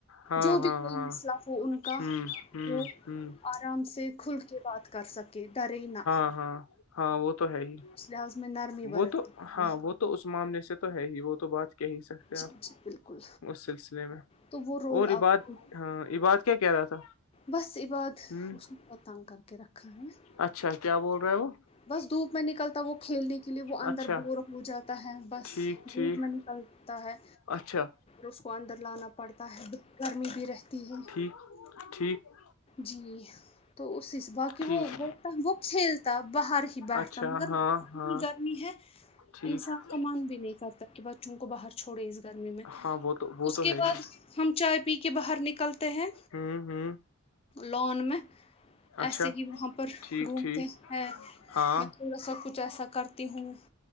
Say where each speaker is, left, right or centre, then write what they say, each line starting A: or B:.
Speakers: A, on the left (about 70°); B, on the left (about 25°).
A: ہاں
B: جو
A: ہاں
B: بھی کوئی
A: ہاں
B: مسئلہ ہو ان کا
A: ہوں ہوں
B: ہو
A: ہوں
B: آرام سے کھل کے بات کر سکے ڈرے نہ
A: ہ ہاں ہاں وہ تو ہے ہی
B: اسز مینار میں برتنی
A: وہ تو
B: چاہیے
A: ہاں وہ تو اس معاملے سے تو ہے ہی وہ تو بات کہ ہی سک
B: جی
A: آ
B: جی بالکل
A: اس سلسلے میں
B: تو وہ رول
A: اور
B: آپ
A: عباد
B: کو
A: ہاں عباد کیا کہہ رہا تھا
B: بس عباد
A: ہ
B: اس نے تنگ کر کے رکھا ہے <inaudible>
A: اچھا کیا بول رہا ہے وہ
B: بس دھوپ میں نکلتا وہ کھیل دی کے لیے وہ اندر
A: اچھا
B: بور ہو جاتا ہے بس
A: ٹھیک
B: دپ
A: ٹھیک
B: میں نکلتا ہے
A: اچھا
B: اس کو اندر لانا پڑتا ہے گرمی بھی رہتی ہے
A: ٹھیک ٹھیک
B: جی تو اس باقی وہ
A: ٹھیک
B: وہتا وہ تا باہر ہی بیٹھتا
A: اچھا
B: مگر
A: ہاں
B: اتنی
A: ہاں
B: گرمی ہے
A: ٹھیک
B: انسان کا من بھی نہیں کرتا کہ بچوں کو باہر چھوڑے اس گرمی میں
A: ہاں وہ تو وہ
B: اس کے
A: تو ہے
B: بعد
A: ہی
B: ہم چائے پی کے باہر نکلتے ہیں
A: ہوں ہوں
B: لون میں
A: اچھا
B: ایسے ہی وہاں پر
A: ٹھیک ٹھیک
B: ہیں
A: ہاں
B: میں تھوڑا سا کچھ ایسا کرتی ہوں <inaudible>